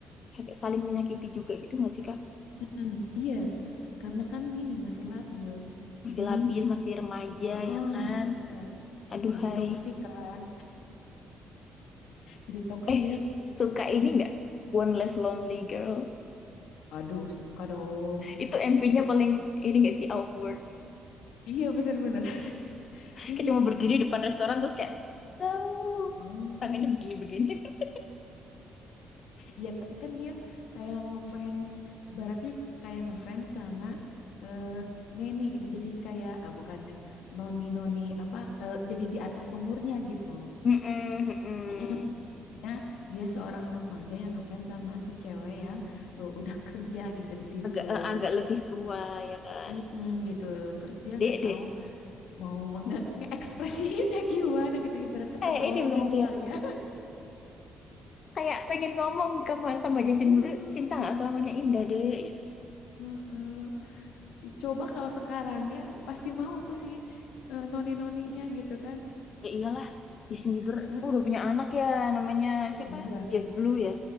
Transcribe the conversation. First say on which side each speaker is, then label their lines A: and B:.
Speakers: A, on the left; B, on the left.
A: sak- saling menyakiti juga gitu nggak sih Kak?
B: Mm-mm, iya, karena kan ini masih labil.
A: Masih
B: Jadi,
A: labil, masih remaja
B: heeh,
A: ya kan?
B: iya.
A: Aduhai.
B: Jadi toksik kan. Jadi toksik.
A: Eh, suka ini
B: Mm-mm.
A: nggak? One Less Lonely Girl.
B: Waduh, suka dong.
A: Itu MV-nya
B: Itu
A: paling ini nggak sih awkward.
B: iya bener-bener. <laughs> Ini
A: Kayak cuma berdiri di depan restoran terus kayak tahu
B: Hmm.
A: tangannya begini-begini. <laughs>
B: Iya, tapi kan dia kayak ngefans, ibaratnya kayak ngefans sama eh Neni gitu. Jadi kayak ah, bukannya noni-noni apa eh, jadi di atas umurnya gitu.
A: Mm-mm, mm-mm.
B: Mm-mm. Dia dia seorang remaja yang ngefans sama si cewek yang uh, udah kerja gitu di situ.
A: Agak eh, agak lebih tua ya kan.
B: Mm-mm, gitu. Terus dia
A: Dek,
B: nggak
A: dek.
B: tahu mau nge- ngeekspresiinnya <laughs> gimana gitu. Ibarat kata
A: Kayak
B: berondong
A: ini berarti
B: kali
A: ya.
B: ya.
A: Kayak pengen ngomong sama sama Justin
B: <laughs> Mm-mm,
A: Bieber, cinta nggak selamanya indah, dek.
B: mm-mm. Ih, Coba kalau sekarang ya pasti mau tuh si eh, noni-noninya gitu kan.
A: Ya iyalah, Justin Bieber
B: mm
A: udah punya anak ya, namanya
B: Iya,
A: siapa? Jack Blue ya.